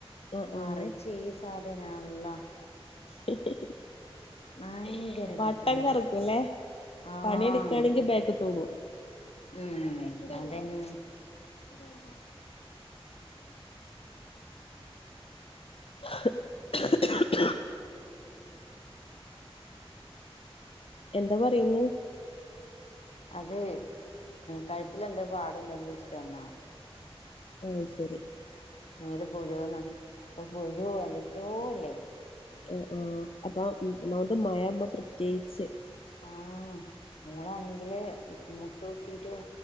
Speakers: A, on the left; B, on the left.
A: ആഹ്
B: മറിച്ച്
A: ആഹ്
B: ഈ സാധനാ അല്ലാഹ്
A: <unintelligible>
B: ഭയങ്കര
A: വട്ടം
B: കൊര്ത്തക്കെടാ
A: കറക്കുംല്ലേ
B: ആആആഹ്
A: പണിയെടുക്കാണെങ്കി
B: അതെ
A: ബാക്ക് തൂങ്ങും
B: ഉം അതന്നെ <unintelligible> <inaudible>
A: <unintelligible> <inaudible> എന്താ പറയുന്നു
B: അതെ കഴുത്തിലെന്തോ പാടുണ്ടോന്ന് ചോദിച്ചിട്ടന്നാ
A: അയ് ശരി
B: മേല് പുഴുവന്ന് ഇപ്പ പുഴു എന്തൊക്കോല്ലേ
A: ആ ആഹ അപ്പൊ ഒന്നാമത് മഴാമ്പോ പ്രത്യേച്ച്
B: ആ മോളാണെങ്കില് മുട്ടുത്തിട്ടും